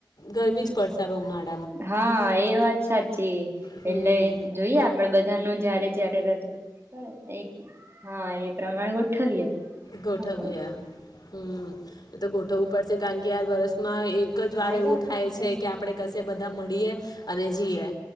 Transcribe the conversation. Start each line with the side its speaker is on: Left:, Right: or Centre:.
Left: ગરમી જ પડશે હવે ઉનાળા
Right: હા એ વાત સાચી
Left: હમ
Right: એટલે જોઈએ આપડે બધાનું જયારે જ્યારે રજ પણ હા, એ પ્રમાણ ગોઠવીએ.
Left: ગૌઠવીએ
Right: હલો
Left: હ. તો ગોઠવું પડશે કારણ કે આ વર્ષમાં એક દ્વારા
Right: આઈ જાવ
Left: એવું
Right: આઈ
Left: થાય
Right: જાવ ઘરે
Left: છે
Right: આઈ
Left: કે
Right: જાવ.
Left: આપડે કશે બધા ભેગા મળીએ, અને જીએ.